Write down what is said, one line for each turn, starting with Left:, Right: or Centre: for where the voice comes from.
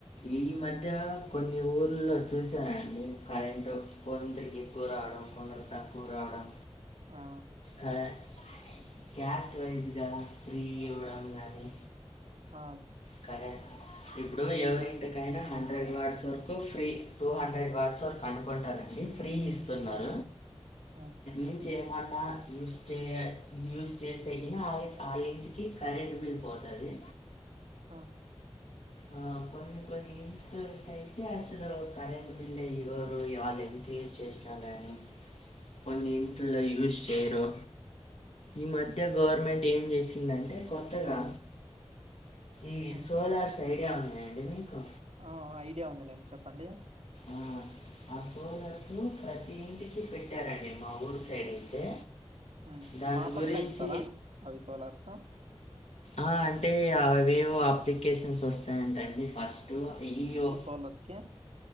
Left: ఈ మధ్య కొన్ని రోజుల్లో చేశామండి కరెంటు కొందరికి ఎక్కువ రావడం కొందరికి తక్కువ రావడం
Right: ఆ
Left: హలో క్యాస్ట్ వైజ్గా ఫ్రీగ ఇవ్వడం గానీ
Right: ఆ
Left: కరెంట్ ఇపుడు ఎవరి ఇంటికైనా హండ్రెడ్ వార్డ్స్ వరకు ఫ్రీ టూ హండ్రెడ్ వార్డ్స్ వరకు అనుకుంటానండి ఫ్రీ ఇస్తున్నర
Right: ఆ ఆ
Left: ఏం చేయమన్నా న్యూస్ చేయల న్యూస్ చేస్తేనె మనకు ఫాలోయింగ్ కేస్ అదే ఫీల్డ్ అయి పోతాది
Right: కాదు
Left: ఓ అక్కో కొన్ని కొన్ని ఇంట్లోకై ఐతే అసలు కరెంటు బిల్లు ఇవ్వరు వాళ్ళని చేసి చేసి కానీ కొన్ని ఇంట్లో యూస్ చేయరు ఈ మధ్య గవర్నమెంట్
Right: ఆ
Left: ఏం చేసిందంటే కొత్తగా ఈ
Right: ఆ
Left: సోలార్స్ ఐడియా ఉన్నాయండి మీకు
Right: ఆ ఐడియా ఉందిలేండి చెప్పండి
Left: ఆ ఆ సోలర్సు ప్రతి ఇంటికి పెట్టారండి మా ఊరు సైడ్ అయితే
Right: ఉమ్
Left: దాని
Right: మాపక్క
Left: గురించి
Right: ఇస్తారా అవి సోలర్సు
Left: ఆ అంటే అవేవో అప్లికేషన్స్ వస్తాయ్ అంటండి ఫస్ట్ ఇయో
Right: <unintelligible> కే